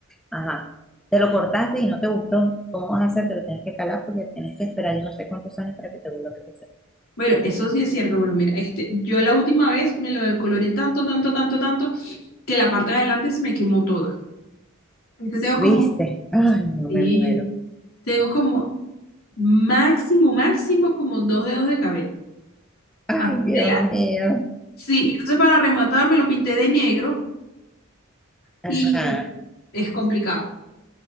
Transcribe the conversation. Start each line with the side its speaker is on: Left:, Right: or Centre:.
Centre: Ajá. Te lo cortaste y no te gustó, ¿cómo vas a hacer? Te lo tienes que calar porque tienes que esperar yo no sé cuántos años para que te vuelva a crecer.
Left: Bueno, eso sí es cierto. Bueno, mira, este, yo la última vez me lo decoloré tanto, tanto, tanto, tanto, que la parte de adelante se me quemó toda. Entonces tengo
Centre: ¿Viste?
Left: como,
Centre: Ay, no
Left: sí,
Centre: me muero.
Left: tengo como máximo, máximo, como dos dedos de cabello. Así
Centre: Ay, Dios
Left: de la-
Centre: mío.
Left: sí, y entonces para rematar me lo pinté de negro
Centre: Ajá.
Left: y es complicado.